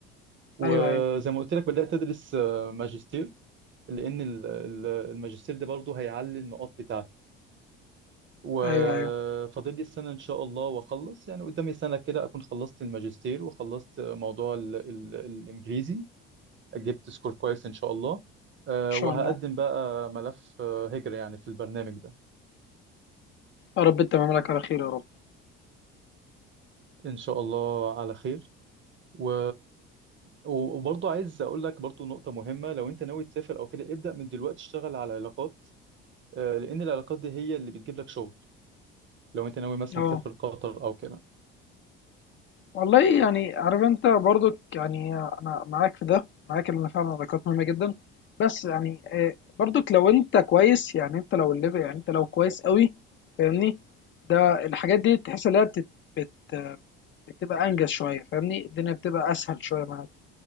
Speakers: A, on the right (about 40°); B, on the left (about 40°).
A: وزي
B: ايوه ايوه
A: ما قلت لك بدأت ادرس آه، ماجستير لان ال- ال- الماجستير ده برضه هيعلي النقاط بتاعتي وفاضل
B: ايوه ايوه ان
A: لي سنة إن شاء الله وأخلص يعني قدامي سنة كده أكون خلصت الماجستير وخلصت موضوع ال ال الإنجليزي جبت سكور كويس ان شاء الله آه،
B: شاء
A: وهقدم
B: الله
A: بقى ملف آه، هجرة يعني في البرنامج ده
B: يا رب تمام لك على خير يا رب
A: ان شاء الله على خير و... وبرضه عايز اقول لك برضه نقطة مهمة لو انت ناوي تسافر او كده ابدأ من دلوقتي اشتغل على علاقات آه، لان العلاقات دي هي اللي بتجيب لك شغل لو انت ناوي مثلا
B: اه
A: تسافر قطر او كده
B: والله يعني عارف انت برضك يعني انا معاك في ده معاك ان فعلا العلاقات مهمه جدا بس يعني آه، برضك لو انت كويس يعني انت لو الليفل يعني انت لو كويس قوي فاهمني ده الحاجات دي تحس ان هي بتت- بت- بتبقى انجز شويه فاهمني الدنيا بتبقى اسهل شويه معاك